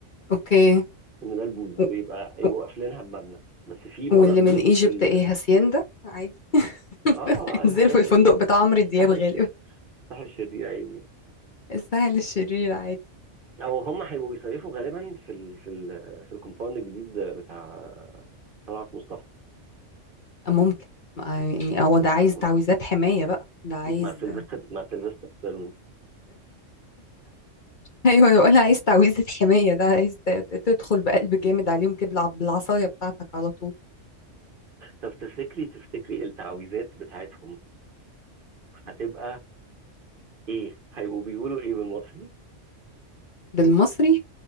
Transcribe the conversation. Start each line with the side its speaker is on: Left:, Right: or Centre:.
Left: أوكي
Right: ان ده البوز
Left: و-
Right: ويبقى يبقوا
Left: و-
Right: قافلينها بمبنى بس في ورا
Left: واللي
Right: البوز
Left: من إيجيبت
Right: ال...
Left: إيه هاسيندا عادي <laughs>
Right: اه الحاجات
Left: انزلوا في الفندق
Right: ال-
Left: بتاع عمرو دياب
Right: الساحر
Left: غالبا
Right: الش... الساحر الشرير عادي يعني.
Left: السهل الشرير عادي
Right: او هم هيبقوا بيصيفوا غالبا في ال... في ال... في الكومباوند الجديد بتاع طلعت مصطفى
Left: أه، ممكن ما- يعني هو
Right: ما
Left: ده عايز تعويذات حماية بقى ده عايز
Right: مع سيلفستر
Left: <laughs>
Right: مع سيلفستر سالون
Left: ايوه انا بقول عايز تعويذة حماية ده عايز ت- ت- تدخل بقلب جامد عليهم كده بالع- بالعصاية بتاعتك على طول
Right: طب تفتكري تفتكري التعويذات بتاعتهم هتبقى ايه؟ هيبقوا بيقولوا ايه بالمصري؟
Left: بالمصري